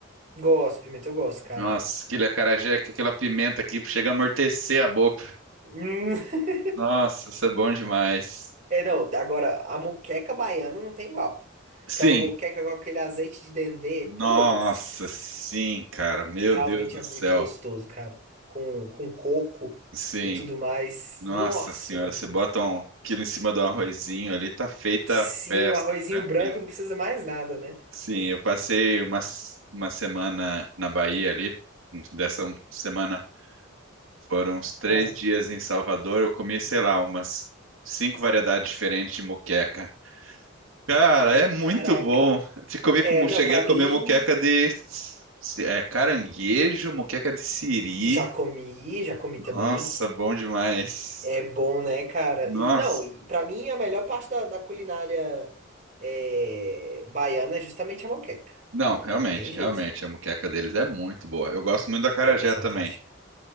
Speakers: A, on the right; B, on the right.
A: Gosto, pimenta, eu gosto, cara.
B: Nossa, aquele acarajé, aquela pimenta que chega a amortecer a boca.
A: Hum, <laughs>
B: Nossa, isso é bom demais.
A: É, não, agora, a moqueca baiana não tem igual.
B: Sim.
A: Aquela moqueca com aquele azeite de dendê,
B: Nossa,
A: putz.
B: sim, cara. Meu
A: Realmente
B: Deus do
A: é muito
B: céu.
A: gostoso, cara. Com, com coco
B: Sim.
A: e tudo mais.
B: Nossa
A: Nossa,
B: senhora,
A: é muito
B: você
A: bom.
B: bota um quilo em cima do arrozinho ali, tá feita
A: Sim,
B: a festa,
A: o arrozinho
B: tranquilo.
A: branco não precisa mais nada, né?
B: Sim, eu passei uma, uma semana na Bahia ali, dessa semana Foram uns três
A: Ah,
B: dias em Salvador. Eu comi, sei lá, umas cinco variedades diferentes de moqueca. Cara, é muito
A: caraca.
B: bom. Te comi
A: É,
B: como
A: não,
B: cheguei
A: pra
B: a
A: mim,
B: comer moqueca de se- é, caranguejo, moqueca de siri.
A: já comi, já comi também.
B: Nossa, bom demais.
A: É bom, né, cara?
B: Nossa.
A: E não, e pra mim a melhor parte da, da culinária é, baiana é justamente a moqueca.
B: Não,
A: né?
B: realmente,
A: Não tem jeito.
B: realmente, a moqueca deles é muito boa. Eu gosto muito da acarajé
A: É, é
B: também.
A: fantástica.